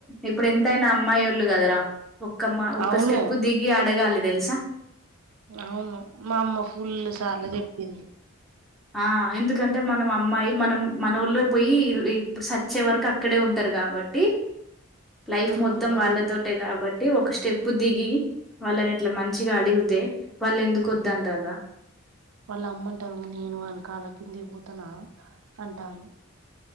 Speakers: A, in the centre; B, on the right.
A: ఇప్పుడెంతైనా అమ్మాయి ఒళ్ళు గదరా ఒక్క మా ఒక్క
B: అవును
A: స్టెప్పు దిగి అడగాలె దెల్సా
B: అవును మా అమ్మ ఫుల్ సార్లు జెప్పింది.
A: ఆ ఎందుకంటే మనం అమ్మాయి మనం మన ఊళ్ళో పోయి ఇ ఇప్పుడు సచ్చే వరకు అక్కడే ఉంటరు గాబట్టి లైఫ్
B: ఉమ్
A: మొత్తం వాళ్ళతోటే గాబట్ ట్టీ ఒక స్టెప్ దిగి వాళ్ళని ఇట్లా మంచిగా అడుగుతే వాళ్ళు ఎందుకు ఒద్దంటరా <inaudible>
B: వాళ్ళు అమ్మ అంట నేను ఆన్ కాళ్ల కింది ఒతనా అంటంది